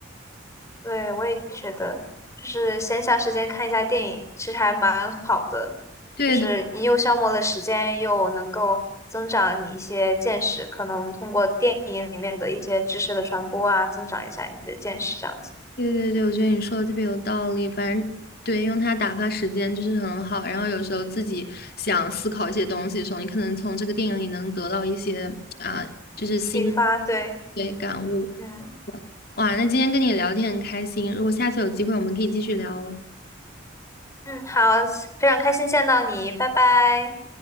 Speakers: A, on the left (about 15°); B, on the left (about 50°).
A: 对，我也觉得，就是闲暇时间看一下电影，其实还蛮好的，
B: 对对。
A: 就是你又消磨了时间，又能够增长你一些见识，可能通过电影里面的一些知识的传播啊，增长一下你的见识，这样子
B: 对对对，我觉得你说的特别有道理。反正对，用它打发时间就是很好。然后有时候自己想思考一些东西的时候，你可能从这个电影里能得到一些啊，就是新
A: 启发。对，
B: 对感悟。
A: 嗯
B: 哇，那今天跟你聊天很开心，如果下次有机会，我们可以继续聊哦。
A: 嗯，好，非常开心见到你，拜拜。